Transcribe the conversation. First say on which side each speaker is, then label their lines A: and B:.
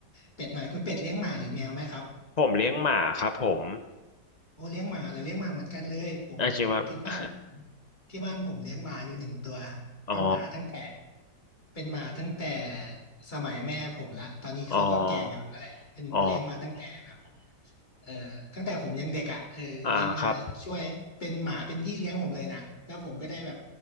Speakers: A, on the left; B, on the left.
A: เป็ดหน่อยคุณเป็ดเลี้ยงหมาหรือแมวไหมครับ
B: ผมเลี้ยงหมาครับผม
A: โอ้เลี้ยงหมาแล้วเลี้ยงหมาเหมือนกันเลยผมผมที่บ้าน
B: อาจริงวา
A: ที่บ้านผมเลี้ยงหมาอยู่หนึ่งตัว
B: อ๋อ
A: เป็นหมาตั้งแต่เป็นหมาตั้งแต่สมัยแม่ผมละตอนนี้เขาก็แก่งามแล้วแหละเป็นเลี้ยงมาตั้งแต่แบบ
B: อ๋ออ๋อ
A: เออตั้งแต่ผมยังเด็กอ่ะเออเลี้ยงมาช่วยเป็นหมาเป็นพี่เลี้ยงผมเลยนะ
B: อ่าครับ
A: แล้วผมก็ได้แบบ